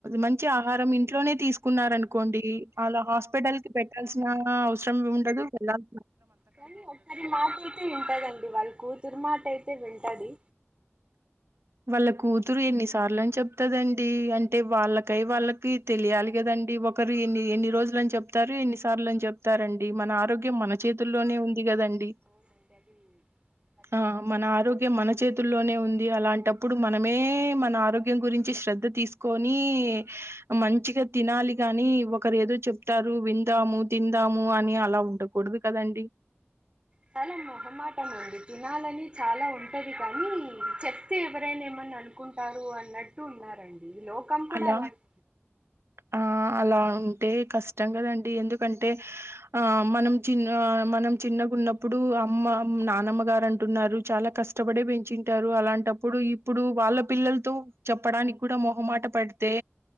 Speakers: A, on the right; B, on the right.
A: మంచి ఆహ రాం ఇంట్లోనే తీసుకున్నారనుకోండి అలా హాస్ప టల్కి పెట్టాల్సిన అవసరం ఉండదు వెళ్ళాల
B: కానీ ఒక్కరి మాట అయితే వింటదండి వాళ్ళ కూతురి మాట అయితే వింటది
A: వాళ్ళ కూతురు ఎన్నిసార్లుని చెప్తదండి అంటే వాళ్ళకై వాళ్ళకి తెలియాలి కదండి ఒకరు ఎన్ని ఎన్ని రోజులని చెప్తారు ఎన్ని సార్లు అని చెప్తారండి మన ఆరోగ్య మన చేతుల్లోనే ఉంది కదండి
B: అవునండి అది ఖచ్చితంగా
A: ఆ మన ఆరోగ్యం మన చేతుల్లోనే ఉంది అలాంటి అప్పుడు మనమే మన ఆరోగ్యం గురించి శ్రద్ధ తీసుకొని మంచిగా తినాలి గాని ఒకరు ఏదో చెప్తారు విందాము తిందాము అని అలా ఉండకూడదు కదండి.
B: చాలా మొహమాటం అండి తినాలని చాలా ఉంటది కానీ చెప్తే ఎవరైనా ఏమని అనుకుంటారు అన్నట్టు ఉన్నారండి ఈ లోకం కూడా
A: అలా
B: ఎలాందే
A: ఆ అలా ఉంటే కష్టం కదండి ఎందుకంటే ఆ మనం చిన్న మనం చిన్నగా ఉన్నప్పుడు అమ్మ నానమ్మ గారు అంటున్నారు చాలా కష్టపడే పెంచింటారు అలాంటి అలాంటప్పుడు ఇప్పుడు వాళ్ళ పిల్లలతో చెప్పడానికి కూడా మొహమాట పడితే